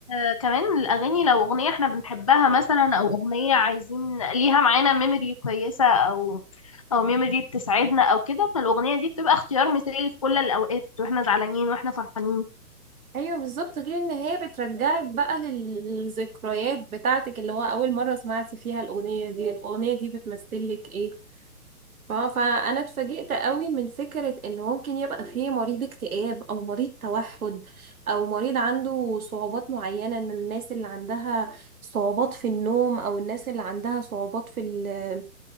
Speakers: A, on the left; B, on the right.
A: آه، كمان الأغاني لو أغنية إحنا بنحبها مثلا أو أغنية عايزين ليها معانا ميموري كويسة أو أو ميموري بتسعدنا أو كده فالأغنية دي بتبقى اختيار مثالي في كل الأوقات وإحنا زعلانين وإحنا فرحانين
B: ايوه بالظبط غير ان هي بترجعك بقى للذكريات بتاعتك اللي هو اول مرة سمعتي فيها الاغنية دي الاغنية دي بتمثلك ايه ف- فانا اتفاجئت قوي من فكره ان ممكن يبقى فيه مريض اكتئاب او مريض توحد او مريض عنده صعوبات معينه من الناس اللي عندها صعوبات في النوم او الناس اللي عندها صعوبات في ال-